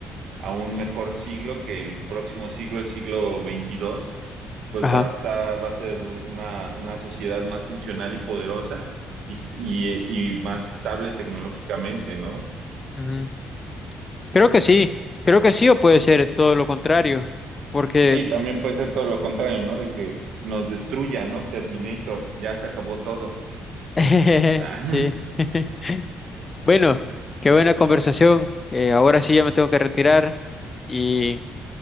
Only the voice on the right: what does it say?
a un mejor siglo que el próximo siglo, el siglo veintidós pues
va a estar, va a ser una, una sociedad más funcional y poderosa y, y, y más estable tecnológicamente, ¿no?
Sí, también puede ser todo lo contrario, ¿no? De que nos destruya, ¿no? Terminator, ya se acabó todo.
<laughs>